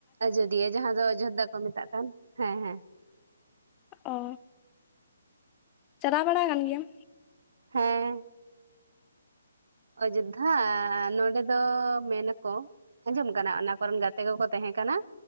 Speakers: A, on the right; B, on the left.
A: ᱟᱡᱚᱫᱤᱭᱟᱹ ᱡᱟᱦᱟᱸ ᱫᱚ ᱚᱡᱳᱫᱽᱫᱷᱟ ᱠᱚ ᱢᱮᱛᱟᱜ ᱠᱟᱱ ᱦᱮᱸ ᱦᱮᱸ
B: ᱳ ᱪᱟᱞᱟᱣ ᱵᱟᱲᱟ ᱠᱟᱱ ᱜᱮᱭᱟᱢ?
A: ᱦᱮᱸ ᱚᱡᱳᱫᱽᱫᱷᱟ ᱱᱚᱰᱮ ᱫᱚ ᱢᱮᱱᱟ ᱠᱚ ᱟᱸᱡᱚᱢ ᱠᱟᱱᱟ ᱚᱱᱟ ᱠᱚᱨᱮᱱ ᱜᱟᱛᱮ ᱛᱮᱜᱮ ᱠᱚ ᱛᱟᱦᱮᱸ ᱠᱟᱱᱟ